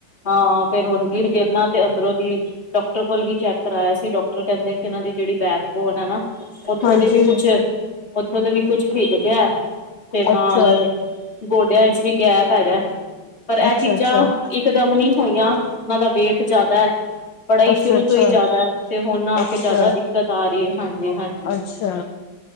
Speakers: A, on the left; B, on the left.
A: ਹਾਂ, ਫੇਰ ਹੁਣ ਗਿਰ ਗੇਣ ਨਾ ਤੇ ਅੰਦਰੋਂ ਦੀ ਡਾਕਟਰ ਕੋਲ ਵੀ ਚੈੱਕ ਕਰਵਾਆ ਸੀ ਡਾਕਟਰ ਕਹਿੰਦੇ ਕਿ ਇਹਨਾਂ ਦੀ ਜਿਹੜੀ ਬੈਕਬੋਨ ਹੈ ਨਾ। ਉੱਥੋਂ
B: ਹਾਂਜੀ
A: ਦੇ ਵੀ ਕੁਛ ਉੱਥੋਂ ਦੇ ਵੀ ਕੁਝ ਹਿੱਲ ਤੇ ਹੈ। ਤੇ ਨਾਲ
B: ਅੱਛਾ
A: ਗੋਡਿਆਂ ਵਿੱਚ ਵੀ ਗਹਿ ਪੈਦਾ ਪਰ
B: ਅੱਛਾ
A: ਇਹ ਚੀਜ਼ਾਂ
B: ਅੱਛਾ
A: ਇਕਦਮ ਨਹੀਂੀ ਹੋਈਆਂ ਉਹਨਾਂ ਦਾ ਵੇਟ ਜ਼ਿਆਦਾ ਹੈ। ਬੜਾ ਹੀ
B: ਅੱਛਾ
A: ਸ਼ੁਰੂ
B: ਅੱਛਾ
A: ਤੋਂ ਹੀ ਜ਼ਿਆਦਾ ਤੇ ਹੁਣ ਨਾ ਆ
B: ਅੱਛਾ
A: ਕੇ ਜਿਆਦਾ ਦਿੱਕਤ ਆ ਰਹੀ ਹੈ ਹਾਂਜੀ ਹਾਂਜੀ।
B: ਅੱਛਾ